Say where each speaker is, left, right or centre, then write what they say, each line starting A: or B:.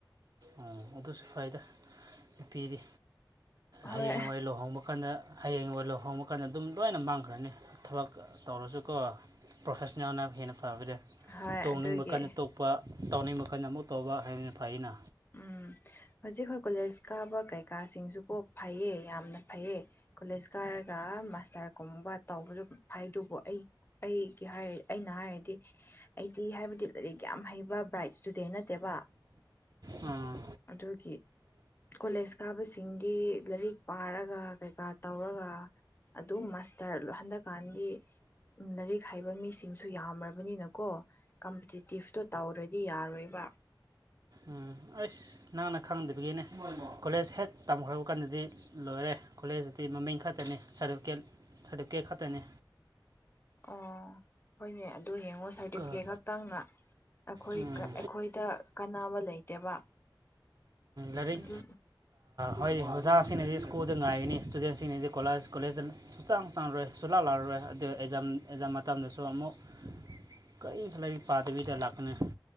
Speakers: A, on the right; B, on the left.
A: ꯑꯣ ꯑꯗꯨꯁꯨ ꯐꯩꯗ, ꯅꯨꯄꯤꯗꯤ
B: ꯍꯣꯏ
A: ꯍꯌꯦꯡꯋꯥ ꯂꯨꯍꯣꯡꯕ ꯀꯥꯟꯗ꯫ ꯍꯌꯦꯡ ꯋꯥꯏ ꯂꯨꯍꯣꯡꯕ ꯀꯥꯟꯗ ꯑꯗꯨꯝ ꯂꯣꯏꯅ ꯃꯥꯡꯈ꯭ꯔꯅꯤ ꯊꯕꯛ꯫ ꯇꯧꯔꯁꯨꯀꯣ ꯄ꯭ꯔꯣꯐꯦꯁꯅꯦꯜꯅ ꯍꯦꯟꯅ ꯐꯕꯗ
B: ꯍꯣꯏ
A: ꯇꯣꯡꯅꯤꯡꯕ
B: ꯑꯗꯨꯒꯤ
A: ꯀꯟꯅꯗ ꯇꯥꯎꯅꯤꯡꯕ ꯀꯟꯅ ꯑꯃꯨꯛ ꯇꯧꯕ ꯍꯥꯏꯕꯅ ꯐꯩꯅ꯫
B: ꯎꯝ, ꯍꯧꯖꯤꯛ ꯑꯩꯈꯣꯏ ꯀꯣꯂꯦꯖ ꯀꯥꯕ ꯀꯩꯀꯥꯁꯤꯡꯁꯨ ꯀꯣ ꯐꯩꯌꯦ ꯌꯥꯝꯅ꯫ ꯐꯩꯌꯦ ꯀꯣꯂꯦꯖ ꯀꯥꯏꯔꯒ ꯃꯥꯁꯇꯔꯒꯨꯝꯕ ꯇꯧꯕꯗ ꯍꯥꯏꯗꯨꯕꯨ ꯑꯩ ꯑꯩꯒꯤ ꯍꯥꯏꯔ ꯑꯩꯅ ꯍꯥꯏꯔꯗꯤ ꯑꯩꯗꯤ ꯍꯥꯏꯕꯗꯤ ꯑꯔꯤꯛ ꯌꯥꯝ ꯍꯩꯕ ꯕ꯭ꯔꯥꯏꯠ ꯁ꯭ꯇꯨꯗꯦꯟ ꯅꯠꯇꯦꯕ
A: ꯑꯥ
B: ꯑꯗꯨꯒꯤ ꯀꯣꯂꯦꯖ ꯀꯥꯕꯁꯤꯡꯒꯤ ꯂꯥꯏꯔꯤꯛ ꯄꯥꯔꯒ ꯀꯩꯀꯥ ꯇꯧꯔꯒ ꯑꯗꯨ ꯃꯥꯁꯇꯔ ꯍꯟꯗꯛꯀꯥꯟꯒꯤ ꯂꯥꯏꯔꯤꯛ ꯍꯥꯏꯕ ꯃꯤꯁꯤꯡ ꯁꯨ ꯌꯥꯝꯕꯅꯤꯅꯀꯣ ꯀꯝꯄꯤꯇꯤꯇꯤꯞꯇꯣ ꯇꯧꯔꯗꯤ ꯌꯥꯔꯣꯏꯕ
A: ꯎ ꯑꯩꯁ ꯅꯪꯅ ꯈꯪꯗꯕꯒꯤꯅꯦ ꯀꯣꯂꯦꯖ ꯍꯦꯛ ꯇꯝꯈꯕ ꯀꯥꯟꯗꯗꯤ ꯂꯣꯏꯔꯦ ꯀꯣꯂꯦꯖꯇꯗꯤ ꯃꯃꯤꯡ ꯈꯛꯇꯅꯤꯔꯇꯐꯤꯀꯦꯠ ꯁꯥꯔꯇꯤꯐꯤꯀꯦꯠ ꯈꯛꯇꯅꯤ
B: ꯑꯣ ꯍꯣꯏꯅꯦ ꯑꯗꯨ ꯌꯦꯡꯉꯣ ꯁꯥꯔꯇꯤꯐꯤꯀꯦꯠ
A: ꯀ-
B: ꯈꯛꯇꯪꯅ ꯑꯩꯈꯣꯏ
A: ꯎꯝ,
B: ꯑꯩꯈꯣꯏꯗ ꯀꯅꯥ ꯑꯃ ꯂꯩꯇꯦꯕ
A: ꯂꯔꯤꯛ
B: ꯑꯗꯨ
A: ꯍꯣꯏꯗꯤ ꯑꯣꯖꯥꯁꯤꯡꯅꯗꯤ ꯁ꯭ꯀꯨꯜꯗ ꯉꯥꯏꯒꯅꯤ ꯏꯁꯇꯨꯗꯦꯟꯁꯤꯡꯅꯗꯤ ꯀꯣꯂꯦꯖ ꯀꯣꯂꯦꯖꯇ ꯁꯨꯆꯥꯡ ꯆꯥꯡꯔꯣꯏ ꯁꯨꯂꯥꯛ ꯂꯔꯔꯣꯏ ꯑꯗꯨ ꯑꯦꯛꯖꯥꯝ ꯑꯦꯛꯖꯥꯝ ꯃꯇꯝꯗꯁꯨ ꯑꯃꯨꯛ ꯀꯔꯤ ꯃꯁꯂꯒꯤ ꯄꯥꯗꯕꯤꯗ ꯂꯥꯛꯅ